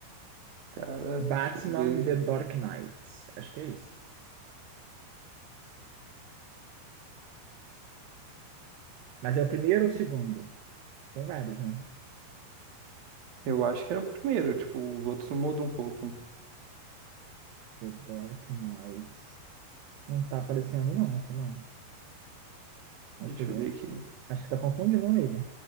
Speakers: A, on the right; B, on the right.
A: Cara,
B: Batman
A: deixa eu ver.
B: The Dark Knight. Acho que é isso. Mas é o primeiro ou o segundo? Tem vários, né?
A: Eu acho que era o primeiro, tipo, os outros mudam um pouco.
B: The Dark Knight. Não tá aparecendo, não, aqui não. Acho
A: Deixa
B: que ele.
A: eu
B: é,
A: ver aqui.
B: Acho que tá confundindo ele.